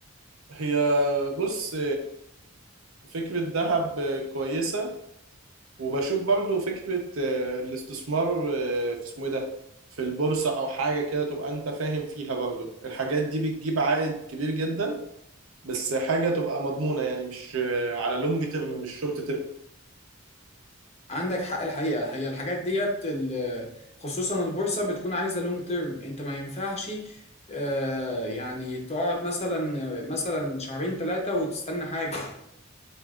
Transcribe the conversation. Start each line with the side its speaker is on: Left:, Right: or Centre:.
Right: هي بص فكرة دهب كويسة وبشوف برضو فكرة آه، الاستثمار آه، في اسمه ايه ده في البورصة أو حاجة كده تبقى أنت فاهم فيها برضو الحاجات دي بتجيب عائد كبير جدا بس حاجة تبقى مضمونة يعني مش آه، على لونج تيرم مش شورت تيرم
Left: عندك حق الحقيقه هي الحاجات ديت ال- خصوصا البورصه بتكون عايزه لونج تيرم انت ما ينفعش آه، يعني تقعد مثلا مثلا شهرين ثلاثه وتستنى حاجه